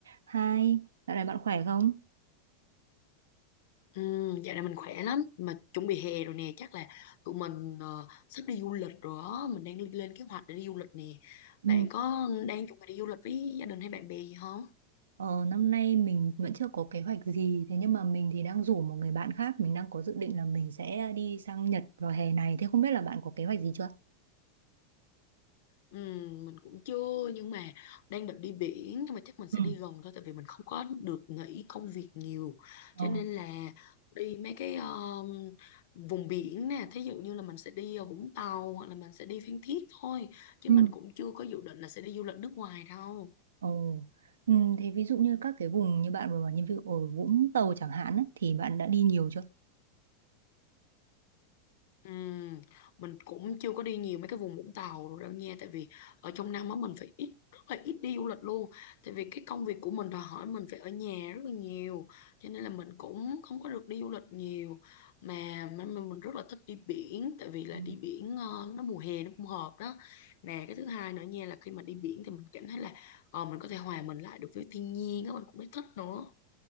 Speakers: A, on the right; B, on the left.
A: Hai, dạo này bạn khỏe không?
B: Ừ, dạo này mình khỏe lắm mà chuẩn bị hè rồi nè chắc là tụi mình ờ, sắp đi du lịch rồi đó mình đang lên kế hoạch để đi du lịch nè
A: Ừ.
B: bạn có đang chuẩn bị đi du lịch với gia đình hay bạn bè gì không
A: Ờ, năm nay mình vẫn chưa có kế hoạch gì, thế nhưng mà mình thì đang rủ một người bạn khác, mình đang có dự định là mình sẽ đi sang Nhật vào hè này, thế không biết là bạn có kế hoạch gì chưa?
B: ừ, mình cũng chưa nhưng mà đang định đi biển nhưng mà chắc mình sẽ
A: Ừ.
B: đi gần thôi tại vì mình không có được nghỉ công việc nhiều
A: Ờ,
B: cho nên là đi mấy cái ờ, vùng biển nè thí dụ như là mình sẽ đi ờ, Vũng Tàu hoặc là mình sẽ đi Phan Thiết thôi chứ
A: Ừ.
B: mình cũng chưa có dự định là sẽ đi du lịch nước ngoài đâu
A: ồ, ừ, thế ví dụ như các cái vùng như bạn vừa bảo như ví dụ ở Vũng Tàu chẳng hạn á, thì bạn đã đi nhiều chưa?
B: Ừm, mình cũng chưa có đi nhiều mấy cái vùng Vũng Tàu đâu nha tại vì ở trong năm á mình phải ít rất là ít đi du lịch luôn tại vì cái công việc của mình đòi hỏi mình phải ở nhà rất là nhiều cho nên là mình cũng không có được đi du lịch nhiều mà mà mình mình rất là thích đi biển tại vì là
A: Ừ.
B: đi biển ờ, nó mùa hè nó cũng hợp đó nè cái thứ hai nữa nha là khi mà đi biển thì mình cảm thấy là ờ, mình có thể hòa mình lại được với thiên nhiên đó mình cũng thấy thích nữa